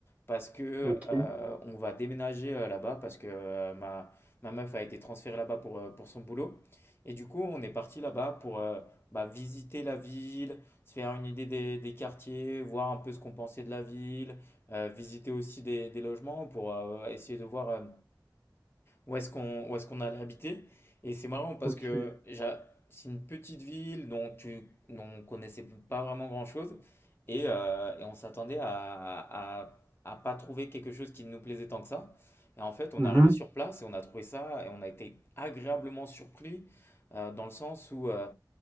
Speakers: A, on the left; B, on the right.
A: parce que
B: Ok,
A: euh, on va déménager euh, là-bas parce que euh, ma, ma meuf a été transférée là-bas pour, euh, pour son boulot. Et du coup, on est parti là-bas pour euh, bah, visiter la ville, se faire une idée des, des quartiers, voir un peu ce qu'on pensait de la ville, euh, visiter aussi des, des logements pour euh, essayer de voir euh, où est-ce qu'on où est-ce qu'on allait habiter. Et c'est marrant parce
B: ok.
A: que j'a- c'est une petite ville dont tu dont on connaissait pas vraiment grand-chose et, euh, et on s'attendait à, à à pas trouver quelque chose qui nous plaisait tant que ça. Et en fait, on
B: Mhm.
A: est arrivé sur place et on a trouvé ça et on a été agréablement surpris euh, dans le sens où euh,